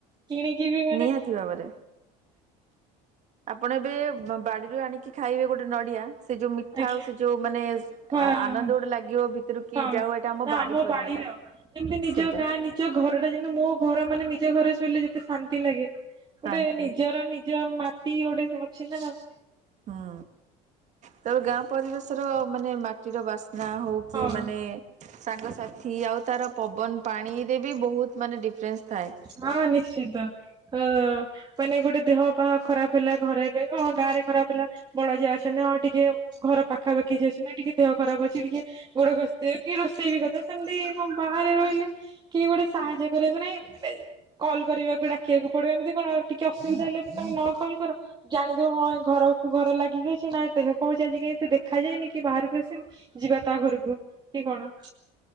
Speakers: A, on the right (about 25°); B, on the right (about 45°).
A: କିଣିକି ବି ମାନେ
B: ନିହାତି ଭାବରେ ଆପଣ ଏବେ ବାଡିରୁ ଆଣ କି ଖାଇବେ ଗୋଟେ ନଡିଆ ସେ ଯୋଉ ମିଠା
A: ଆଜ୍ଞା
B: ଆଉ ସେ ଯୋଉ ମାନେ
A: ହଁ।
B: ଆନନ୍ଦ ଗୋଟେ ଲାଗିବ। ଭିତରୁ କି
A: ହଁ
B: ଯାଉ ଏଇଟା
A: ନା
B: ବାଡି
A: ଆମ
B: ପରିବାଟା
A: ବାଡିର ଏମତି ନିଜ
B: ସେଇଟା
A: ଗାଁ ନି ନିଜ ଘର ଟା ଯେମିତି ମୋ ଘର ମାନେ ନିଜ ଘରେ ଶୋଇଲେ ଯେମିତି ଶାନ୍ତି ଲାଗେ
B: ଶାନ୍ତି
A: ଗୋଟେ ନିଜର ଯ ମାଟି ଗୋଟେ ସେ ଅଛି ନା ଆଉ।
B: ହୁଁ ତାପରେ ଗାଁ ପରିବେଶର ମାନେ ମାଟିର ବାସ୍ନା ହଉ
A: ହଁ
B: କି ମାନେ ସାଙ୍ଗସାଥି ଆଉ ତାର ପବନ ପାଣିରେ ବି ବହୁତ ମାନେ ଡିଫରେନ୍ସ ଥାଏ।
A: ହଁ ନିଶ୍ଚିତ। ଅ ମାନେ ଗୋଟେ ଦେହ ପା ଖରାପ ହେଲା ଘରେବି କଣ ଗାଁ ରେ ଖରାପ ହେଲା। ବଡ ଯାଆ ଅଛନ୍ତି ନା ଆ ଟିକେ ଘର ପାଖାପାଖି ଯାଇ ଅ ନା ଟିକେ ଦେହ ଖରାପ ଅଛି ଟିକେ ଗୋଡ ଘୋଷି ଦେବେ କି ରୋଷେଇ ବି କରିଦେବେ ସେମିତି କଣ ବାହାରେ ରହିଲେ କିଏ ଗୋଟେ ସାହାଯ୍ୟ କରିବାକୁ ନାଇଁ ମାନେ କଲ୍ କରିବାକୁ ଡାକିବାକୁ ପଡିବ ଏମିତି କଣ ଟିକେ ଅସୁବିଧା ହେଲେ ବି ତମେ ନ କଲ କର ଜାଣିଦବ ହଁ ଏ ଘର ଘର ଲାଗିକି ଅଛି ନାଇଁ ଦେହ କଣଛି ଆଜି କାଇଁ ସେ ଦେଖାଯାଇନି କି ବାହାରକୁ ଆସିନି। ଯିବା ତା ଘରକୁ କି କଣ?